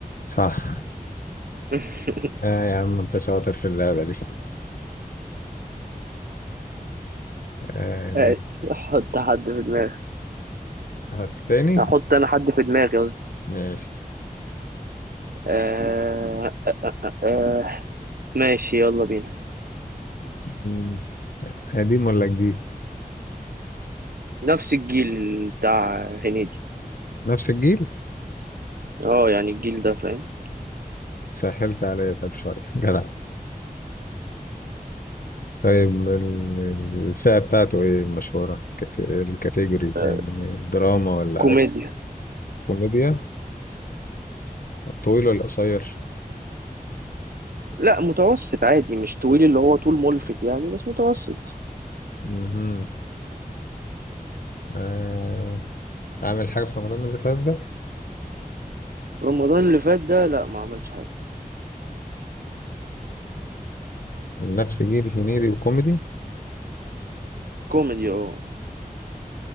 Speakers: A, on the left (about 65°); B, on the right (about 75°).
A: صح
B: <laughs>
A: اه يا عم انت شاطر في اللعبه دي آه.
B: ماشي حط حد في دماغي
A: هات تاني
B: هحط انا حد في دماغي قصدي
A: ماشي
B: آه آه ماشي يلا بينا
A: مم. قديم ولا جديد
B: نفس الجيل بتاع هنيدي
A: نفس الجيل
B: اه يعني الجيل ده فاهم
A: سهلت عليا طيب شويه <laughs> جدع طيب ال- الفئه بتاعته ايه المشهوره كت- الكاتيجوري
B: <laughs>
A: يعني دراما ولا
B: كوميديا
A: اكشن كوميديا طويل ولا قصير؟
B: لا متوسط عادي مش طويل اللي هو طول ملفت يعني بس متوسط
A: مهم. آه، عامل حاجة في رمضان اللي فات ده
B: رمضان اللي فات ده لا ما عملش حاجة
A: من نفس جيل هنيدي وكوميدي
B: كوميدي اه